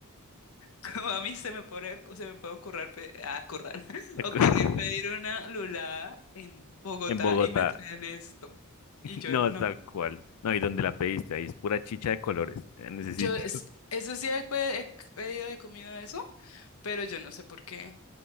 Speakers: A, on the left; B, on the left.
A: Como a mí se me puede, se me puede ocurrir, pe- ah, currar, <laughs>
B: <laughs>
A: ocurrir pedir una lulada en Bogotá
B: En Bogotá,
A: y me traen esto. Y yo
B: No,
A: no.
B: tal cual. No, y donde la pediste, ahí es pura chicha de colores, en ese
A: Yo,
B: sitio.
A: es- eso sí he, pe- he pedido de comida eso, pero yo no sé por qué.